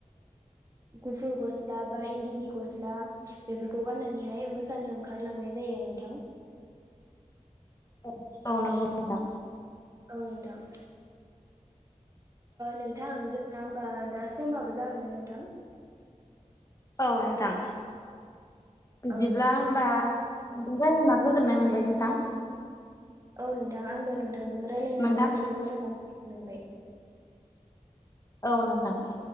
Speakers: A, on the right; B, on the left.
A: गुफुर गस्ला बा इन्दिनि गस्ला बेफोरखौ गाननानैहाय मोसानो ओंखारलांनाय जायो नोंथां
B: औ औ नंगौ नोंथां
A: औ नोंथां नोंथां जोंना होमबा दा समाबो जाबायमोन नोंथां
B: औ नोंथां बिदिब्ला
A: औ नोंथां
B: होमबा नोंजों रायलायना गोजोननाय मोनबाय नोंथां
A: औ नोंथां आंबो नोंथांजों रायलायनानै
B: नोंथां
A: मोनथियै बाथ्राखौ मिनो मोनबाय
B: औ नोंथां